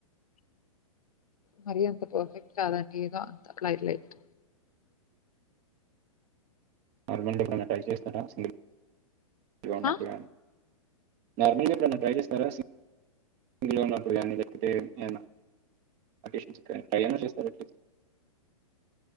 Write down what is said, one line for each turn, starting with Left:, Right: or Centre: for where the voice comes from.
Left: మరీ అంత పర్ఫెక్ట్ కాదండి, ఏదో అంత లైట్ లైట్.
Right: నార్మల్ గ ఎపుడన్న ట్రై చేస్తారా సింగిల్ <unintelligible>
Left: ఆ,
Right: నార్మల్ గ ఎప్పుడన్నా ట్రై జేశార్ <unintelligible> సింగిల్గా ఉన్నప్పుడు గానీ లేకపోతే ఏదన్న అకేషన్స్ కిగానీ ట్రై అన్న చేస్తారా ఎట్లిస్ట్?